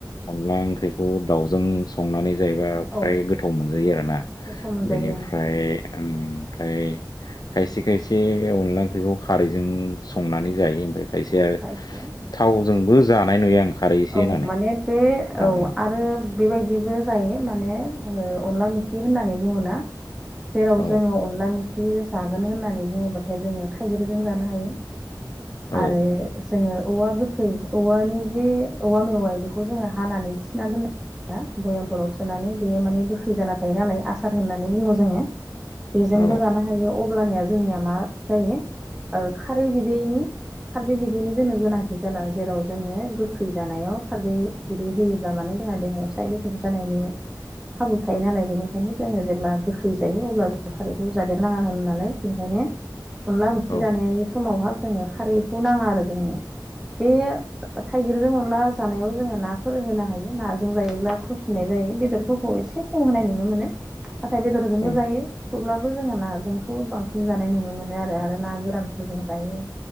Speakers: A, on the left; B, in the centre.
A: अनला ओंख्रिखौ दाउजों संनानै जाहैबा फ्राय
B: औ
A: गोथाव मोनजायो आरोना
B: गोथाव मोनजायो
A: बेनिफ्राय
B: ओं
A: ओमफ्राय खायसे खायसे अनला ओंख्रिखौ खारैजों संनानै जायो ओमफ्राय खायसे आरो
B: खायसेया
A: जोंबो जानाय नुयो आं खारै एसे
B: औ
A: होनानै
B: माने बे
A: थाव
B: औ आरो बेबायदिबो जायो माने आरो अनला मोखि होननानै बुङोना? जेराव
A: औ
B: जोङो अनला मे खि जागोन होननानै बुङोब्लाथाय जोङो थाइगिरजों जानो हायो
A: औ
B: आरो जोङो औवा गोखै औवानि जे औवा मेवाइ बेखौ जोङो हानानै थिना दोनो। भयामफोराव सोनानै बेयो माने गोखै जाना थायो नालाय आसार होननानै बुङो जोङो बेजोंबो
A: औ
B: जानो हायो अब्लानिया जोंनिया मा जायो। खारै बिदैनि खारै बिदैनि जोंनो गोनांथि जाला जेराव जोंनो फैजानायाव खारदै गिदै होयोब्ला मानोे जोंहा देहायाव साइद इफेक्ट जानायनि खाबु थायो नालाय बेनिखायनो जोङो जेब्ला गोखै जायो अब्ला जों खारैखौ जादेरनाङा होन नालाय बेनिखायनो <unintelligible> अनला ओखि
A: औ
B: जानाय समावहा जोङो खारैखौ नाङा आरो जोंनो बे थाइगिरजों अनला जानायाव जोङो नाफोर होनो हायो नाजों जायोब्ला थावसिनाय जायो बेदरफोरखौ एसे खम होनाय नुनो मोनो नाथाय बेदरजोंबो
A: औ
B: जायो। थेवब्लाबो जोङो नाजोंथ' बांसिन जानाय नुनो मोनो आरो आरो ना गोरानफोरजों जायो।